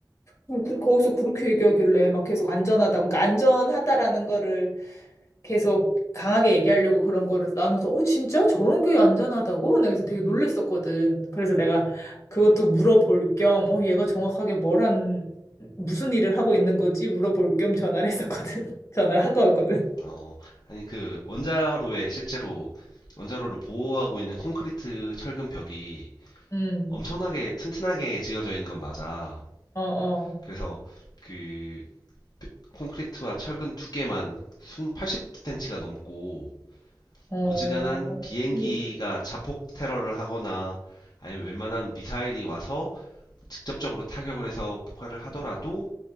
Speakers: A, on the left; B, on the left.
A: 그- 그- 거기서 그렇게 얘기하길래 막 계속 안전하다. 그러니까 안전하다라는 거를 계속 강하게 얘기하려고 그런 거를 나눠서 어 진짜 저런 게 안전하다고? 나 그래서 되게 놀랬었거든. 그래서 내가 그것도 물어볼 겸 어 얘가 정확하게 뭘 한 무슨 일을 하고 있는 거지? 물어볼 겸 전화를 했었거든. <laughs> 전화를 한 거였거든.
B: 어, 아니 그 원자로에 실제로 원자로를 보호하고 있는 콘크리트 철근 벽이
A: 음.
B: 엄청나게 튼튼하게 지어져 있는 건 맞아.
A: 어, 어.
B: 그래서 그 콘크리트와 철근 두 개만 순 80cm가 넘고
A: 어.
B: 어지간한 비행기가
A: 재밌다.
B: 자폭 테러를 하거나 아니면 웬만한 미사일이 와서 직접적으로 타격을 해서 폭발을 하더라도